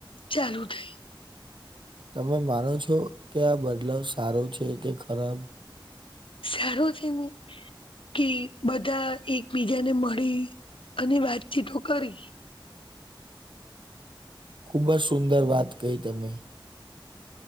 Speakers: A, on the left (about 80°); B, on the right (about 65°).
A: ચાલુ થઈ.
B: તમે માનો છો કે આ બદલાવ સારો છે કે ખરાબ?
A: સારો છે ને. કે બધા એકબીજાને મળી અને વાતચીતો કરી.
B: ખુબ જ સુંદર વાત કહી તમે.